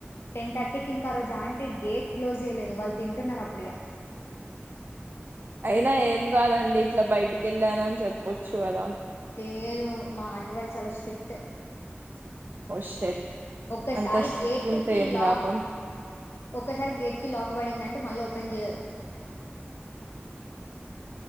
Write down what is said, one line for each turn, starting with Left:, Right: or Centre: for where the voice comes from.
Left: టెన్ తర్టికి ఇంకా ఆ రోజు ఆంటీ గేట్ క్లోజ్ చేయలేదు వాళ్ళు తింటున్నారు అప్పుడిగా
Right: అయినా ఏం కాదండి ఇట్లా బయటికి ఎళ్ళానని చెప్పొచ్చు గదా
Left: లేదు మా ఆంటి వాళ్ళు చాలా స్ట్రిక్ట్
Right: షట్
Left: ఒక్కసారి
Right: అంత స్ట్రిక్ట్
Left: గేటుకి
Right: ఉంటే ఏం
Left: లాక్
Right: లాభం
Left: ఒక్కసారి గేట్ కి లాక్ పడిందంటే మళ్ళ ఓపెన్ చేయరు